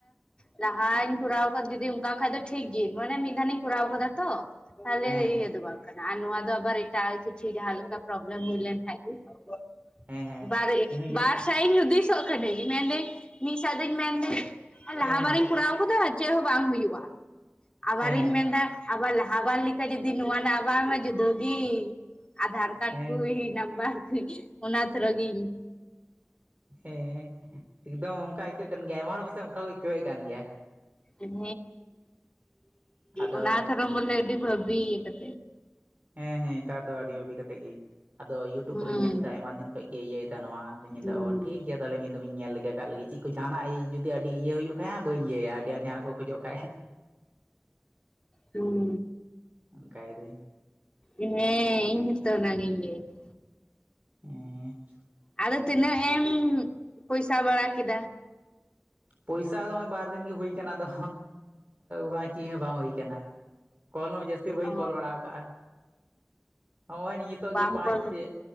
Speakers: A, on the left (about 25°); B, on the right (about 40°).
A: ᱞᱟᱦᱟᱧ ᱠᱚᱨᱟᱣ ᱟᱠᱟᱫᱟ ᱡᱩᱫᱤ ᱚᱱᱠᱟ ᱠᱷᱟᱡ ᱫᱚ ᱴᱷᱤᱠ ᱜᱮ ᱢᱟᱱᱮ ᱢᱤᱫ ᱫᱷᱟᱣᱤᱧ ᱠᱚᱨᱟᱣ ᱟᱠᱟᱫᱟ ᱛᱚ ᱛᱟᱦᱞᱮ
B: ᱦᱮᱸ
A: ᱤᱭᱟᱹ ᱫᱚ ᱵᱟᱠ <unintelligible> ᱟᱨ ᱱᱚᱣᱟ ᱫᱚ ᱟᱵᱟᱨ ᱮᱴᱟᱜ ᱠᱤᱪᱷᱩ ᱡᱟᱦᱟᱸᱞᱮᱠᱟ ᱯᱨᱚᱵᱞᱮᱢ ᱦᱩᱭ ᱞᱮᱱ ᱠᱷᱟᱪ ᱫᱚ
B: ᱦᱮᱸ ᱦᱮᱸ
A: <unintelligible> ᱵᱟᱨ
B: ᱤᱧᱦᱚᱸ
A: ᱵᱟᱨ ᱥᱟᱭ ᱤᱧ ᱦᱩᱫᱤᱥᱚᱜ ᱠᱟᱹᱱᱟᱹᱧ ᱢᱮᱱᱫᱟᱹᱧ ᱢᱤᱫ ᱥᱟᱶᱫᱚᱧ ᱢᱮᱱᱫᱟᱹᱧ
B: ᱦᱮᱸ
A: ᱞᱟᱦᱟ ᱵᱟᱨᱤᱧ ᱠᱚᱨᱟᱣ ᱠᱟᱫᱟ ᱪᱮᱫ ᱦᱚᱸ ᱵᱟᱝ ᱦᱩᱭᱩᱜᱼᱟ ᱟᱵᱟᱨᱤᱧ
B: ᱦᱮᱸ
A: ᱢᱮᱱᱫᱟ ᱟᱵᱟᱨ ᱞᱟᱦᱟ ᱵᱟᱨ ᱞᱮᱠᱟ ᱡᱩᱫᱤ ᱱᱚᱣᱟ ᱨᱮᱱᱟᱜ ᱟᱵᱟᱨ ᱢᱟ ᱡᱩᱫᱟᱹᱣ ᱜᱮ ᱟᱫᱷᱟᱨ ᱠᱟᱨᱰ
B: ᱦᱮᱸ
A: ᱠᱚ ᱱᱟᱢᱵᱟᱨ ᱠᱚ ᱚᱱᱟ ᱛᱷᱚᱨᱤᱧ <unintelligible>
B: ᱦᱮᱸ ᱮᱠᱫᱚᱢ ᱚᱱᱠᱟ ᱟᱹᱭᱠᱟᱹᱜ ᱠᱟᱱ ᱜᱮᱭᱟ ᱟᱭᱢᱟ ᱦᱚᱲ ᱯᱟᱥᱮᱡ ᱚᱱᱠᱟ ᱠᱚ ᱟᱹᱭᱠᱟᱹᱣᱮᱫ ᱠᱟᱱ ᱜᱮᱭᱟ
A: ᱦᱮᱸ
B: ᱟᱫᱚ
A: ᱚᱱᱟ ᱛᱚᱨ ᱵᱚᱞᱮ ᱮᱴᱤ ᱵᱷᱵᱤᱛ <unintelligible>
B: ᱦᱮᱸ ᱦᱮᱸ ᱱᱮᱛᱟᱨ ᱫᱚ ᱟᱹᱰᱤ ᱵᱷᱟᱵᱤ ᱠᱟᱛᱮᱫ ᱜᱮ ᱟᱫᱚ ᱤᱭᱩᱴᱩᱵᱽ
A: ᱦᱩᱸ
B: ᱨᱤᱧ ᱧᱮᱞ ᱠᱮᱫᱟ ᱟᱭᱢᱟ ᱫᱤᱱ ᱠᱷᱚᱱᱚᱡ ᱜᱮᱮ ᱤᱭᱟᱹᱭᱫᱟ ᱱᱚᱣᱟ ᱟᱫᱚᱧ ᱢᱮᱱ
A: ᱦᱩᱸ
B: ᱮᱫᱟ ᱚ ᱴᱷᱤᱠ ᱜᱮᱭᱟ ᱛᱟᱦᱚᱞᱮ ᱢᱤᱫ ᱫᱚᱢᱧ ᱧᱮᱞ ᱞᱮᱜᱟ ᱠᱜ ᱞᱮᱜᱮ ᱪᱮᱫ ᱠᱚ ᱡᱟᱦᱟᱸᱱᱟᱜ ᱡᱩᱫᱤ ᱟᱹᱰᱤ ᱤᱭᱟᱹ ᱦᱩᱭᱩᱜ ᱠᱷᱟᱡ ᱵᱟᱹᱧ ᱤᱭᱟᱹᱭᱟ ᱟᱹᱰᱤ ᱟᱸᱴ ᱡᱟᱦᱟᱸᱱᱟᱜ ᱠᱚ ᱠᱷᱚᱡᱚᱜ ᱠᱷᱟᱡ
A: ᱦᱩᱸ
B: ᱚᱱᱠᱟᱭ ᱫᱟᱹᱧ
A: ᱤᱧᱦᱚᱛᱚ ᱚᱱᱟᱜᱮᱧ ᱞᱟᱹᱭ ᱫᱟ
B: ᱟᱨ <unintelligible>
A: ᱟᱫᱚ ᱛᱤᱱᱟᱹᱜ ᱮᱢ ᱯᱚᱭᱥᱟ ᱵᱟᱲᱟ ᱠᱮᱫᱟ?
B: ᱯᱚᱭᱥᱟ ᱫᱚ ᱱᱚᱜᱚᱭ ᱵᱟᱨᱫᱤᱱ ᱜᱮ ᱦᱩᱭ ᱠᱟᱱᱟ ᱛᱚ ᱵᱟᱝ <unintelligible> ᱪᱮᱫ ᱦᱚᱸ ᱵᱟᱝ ᱦᱩᱭ ᱠᱟᱱᱟ ᱠᱚᱞ ᱦᱚᱸ ᱡᱟᱹᱥᱛᱤ ᱵᱟᱹᱧ
A: ᱚ
B: ᱠᱚᱞ ᱵᱟᱲᱟᱣ ᱟᱠᱟᱜᱼᱟ ᱦᱚᱜᱼᱚᱭ ᱱᱤᱛᱚᱜ
A: ᱵᱟᱢ
B: ᱜᱮ ᱯᱟᱸᱪ
A: ᱠᱚᱞ ᱠᱟᱛᱮ
B: ᱪᱮ